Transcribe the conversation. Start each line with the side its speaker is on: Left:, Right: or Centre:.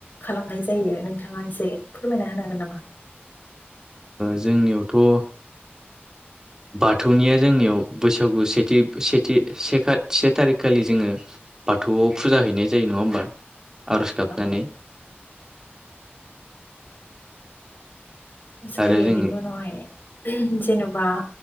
Left: खालामनाय जायो नोंथाङा एसे फोरमायना होनो हागोन नामा?
Right: जोंनियावथ' बाथौनिया जोंनियाव बैसागु सेथि सेथि से से थारिखखालि जोङो बाथौआव फुजा हैनाय जायो नङा होमबा आरज गाबनानै
Left: औ जायो
Right: आरो जों
Left: बेनि उनावहाय जेनेबा